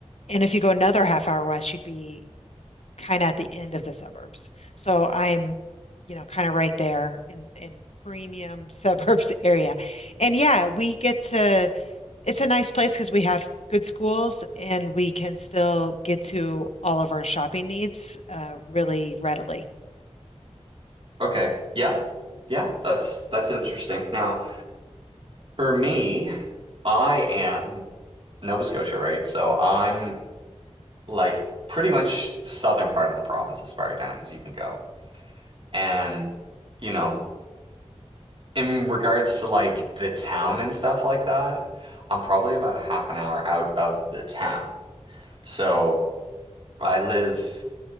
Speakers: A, on the left; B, on the right.
A: And if you go another half hour west, you'd be kind of at the end of the suburbs. So I'm, you know, kind of right there in in premium <laughs> suburbs area. And yeah, we get to it's a nice place because we have good schools and we can still get to all of our shopping needs uh, really readily.
B: Okay. Yeah. Yeah, that's that's interesting. Now, for me, I am Nova Scotia, right? So I'm like pretty much southern part of the province as far down as you can go. And you know, in regards to like the town and stuff like that, I'm probably about a half an hour out of the town. So I live